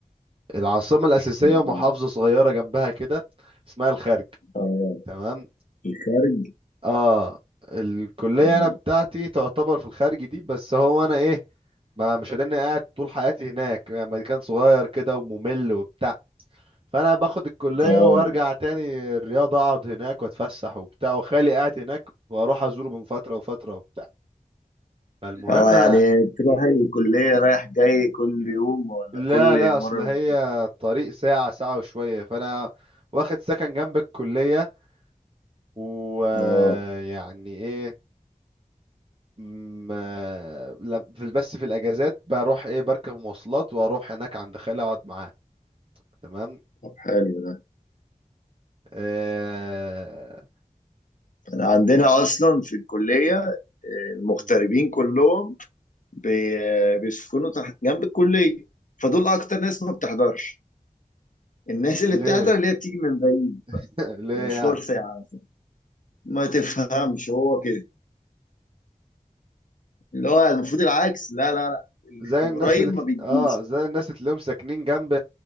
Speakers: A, on the right; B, on the left.
A: العاصمة الأساسية
B: مم.
A: محافظة صغيرة جنبها كده اسمها الخرج
B: اه
A: تمام
B: الخارج
A: اه الكلية
B: مم.
A: أنا بتاعتي تعتبر في الخارج دي بس هو أنا إيه ما مش هداني قاعد طول حياتي هناك يعني مكان صغير كده وممل وبتاع فأنا باخد الكلية
B: اه
A: وأرجع تاني الرياض أقعد هناك وأتفسح وبتاع وخالي قاعد هناك وأروح أزوره من فترة وفترة وبتاع فالمهم
B: اه يعني
A: أنا
B: تروح
A: مم.
B: الكلية رايح جاي كل يوم ولا
A: لا
B: كل
A: لا أصل
B: مرة
A: هي الطريق ساعة ساعة وشوية فأنا واخد سكن جنب الكلية ويعني
B: اه
A: ايه ما- لم- في بس في الاجازات بروح ايه بركب مواصلات واروح هناك عند خالي اقعد معاه تمام
B: طب حلو ده
A: آه...
B: أنا عندنا اصلا في الكلية آه، المغتربين
A: مم.
B: كلهم بي- بيسكنوا تحت جنب الكلية فدول اكتر ناس ما بتحضرش الناس اللي
A: ليه
B: بتحضر اللي هي بتيجي من بعيد
A: <laughs> ليه
B: مشوار
A: يعني
B: ساعة ما تفهمش هو كده اللي هو المفروض العكس لا لا لا ال-
A: زي الناس
B: القريب
A: اللي تل...
B: ما بيجيش
A: اه زي الناس اللي تلاقيهم ساكنين جنب